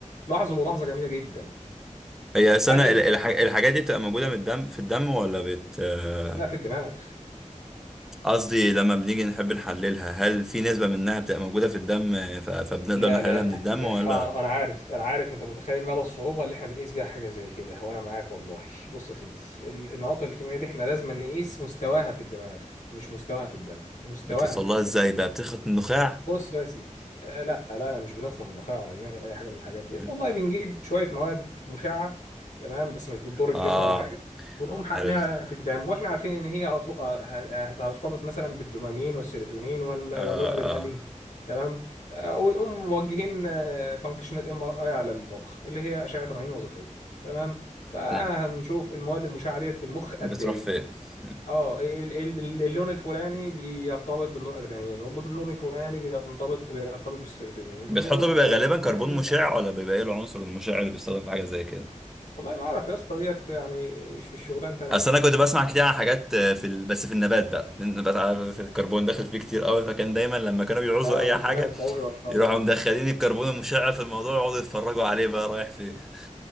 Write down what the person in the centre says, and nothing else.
هي السنة
الحاجات دي بتبقى موجودة من الدم في الدم ولا بت آه،
قصدي لما بنيجي نحب نحللها هل في نسبة منها بتبقى موجودة في الدم آه، ف- فبنقدر
نحللها
من الدم
ولا
بتوصل
لها
ازاي بقى بتخرج من النخاع
مم.
اه
عرفت
اه
اه
مم.
بتروح
فين مم.
بتحطه
بيبقى غالبا كربون مشع ولا بيبقى ايه العنصر المشع اللي بيستخدم في حاجة زي كده
اصل
انا كنت بسمع كتير عن حاجات آه، في ال... بس في النبات بقى النبات عارف الكربون داخل فيه كتير قوي فكان دايما لما كانوا بيعوزوا
اي
حاجة
يروحوا
مدخلين الكربون المشع في الموضوع يقعدوا يتفرجوا عليه بقى رايح فين <laughs>